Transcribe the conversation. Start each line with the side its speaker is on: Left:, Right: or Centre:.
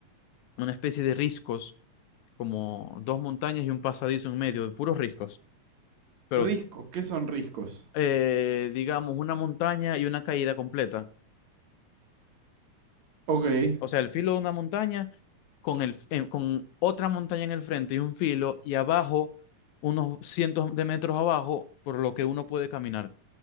Left: una especie de riscos, como dos montañas y un pasadizo en medio, de puros riscos. pero
Right: Riscos, ¿qué son riscos?
Left: eh, digamos una montaña y una caída completa.
Right: Ok,
Left: O sea, el filo de una montaña con, el, eh, con otra montaña en el frente y un filo y abajo, unos cientos de metros abajo, por lo que uno puede caminar.